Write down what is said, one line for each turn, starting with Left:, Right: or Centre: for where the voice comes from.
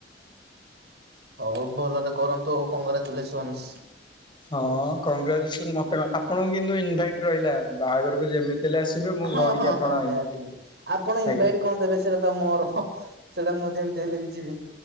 Right: ହୋଉ ଭଲରେ କରନ୍ତୁ ଆଉ କଂଗ୍ରାଚୁଲେସନସ୍।
Left: ହଁ କଂଗ୍ରାଚୁଲେସନ ମତେ କଣ ଆପଣଙ୍କୁ କିନ୍ତୁ ଇନଭାଇଟି ରହିଲା ବାହାଘରକୁ ଯେମିତି ହେଲେ ଆସିବେ ମୁଁ
Right: ହଁ
Left: ଭଉଣୀକି
Right: ହଁ
Left: ଆପଣ
Right: ହଁ ନିହାତି
Left: ଇଏ
Right: ନିହାତି ଆପଣ
Left: ଆଜ୍ଞା
Right: ଇନଭାଇଟି କଣ ଦେବେ ସେଟା ତ ମୋର ସେଟା ମୁଁ ଯେମିତି ହେଲି ବି ଯିବି।